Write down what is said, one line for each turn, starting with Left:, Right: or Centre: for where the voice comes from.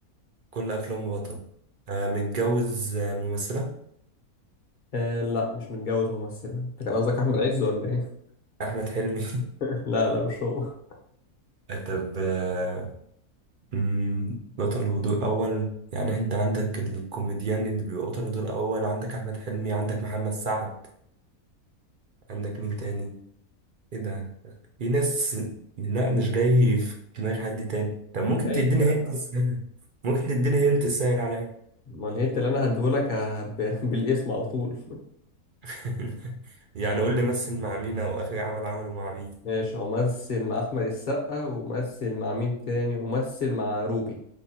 Right: كل أفلامه بطل آه متجوز آه، ممثلة
Left: آه لا مش متجوز ممثل أنت كان قصدك أحمد عز ولا إيه؟
Right: أحمد حلمي
Left: <laughs> لا لا مش هو
Right: <laughs> آه، طب آه مم، بطل ودور أول يعني أنت عندك الكوميديان اللي بيبقى بطل ودور أول عندك أحمد حلمي عندك محمد سعد عندك مين تاني ايه ده في ناس لا مش جاي في دماغ حد تاني طب ممكن
Left: ده ايه
Right: تديني
Left: الكلام
Right: هنت
Left: ده؟
Right: السهل ممكن تديني هنت السهل عليا
Left: أمال الهنت اللي أنا هديهولك ه- ب- بالاسم على طول
Right: <laughs> يعني قول لي مثل مع مين او اخر عمل عمله مع مين
Left: ماشي هو مثل مع احمد السقا ومثل مع مين تاني ومثل مع روبي